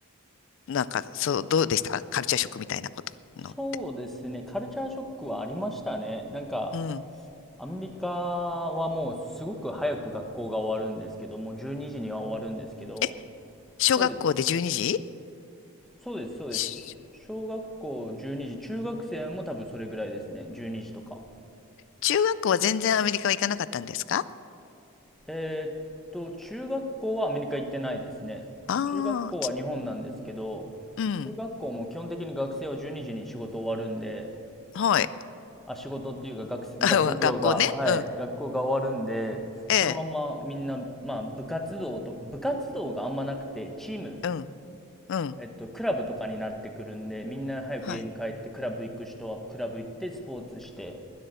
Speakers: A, on the left; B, in the centre.
A: なんか、そう、どうでしたカルチャーショックみたいなことのって。
B: そうですね。カルチャーショックはありましたね。なんか、
A: うん。
B: アメリカはもうすごく早く学校が終わるんですけど、もう12時にじには終わるんですけど、
A: え、小学校で12時
B: そうです。そうです、そうです。
A: ち
B: 小学校12時、中学生も多分それぐらいですね。12時とか。
A: 中学校は全然アメリカは行かなかったんですか
B: えーっと、中学校はアメリカ行ってないですね。
A: ああ
B: 中学校は日本なんですけど、
A: ー、うん。
B: 中学校も基本的に学生は12時にじに仕事終わるんで、
A: はい。
B: あ、仕事っていうか学、
A: <laughs>
B: 学業が、
A: 学校ね。
B: はい、
A: うん。
B: 学校が終わるんで、
A: ええ、
B: そのままみんな、まあ、部活動と、部活動があんまなくて、チーム、
A: うん、うん。
B: えっと、クラブとかになってくるんで、みんな早く家に帰って、
A: はい。
B: クラブ行く人はクラブ行って、スポーツして、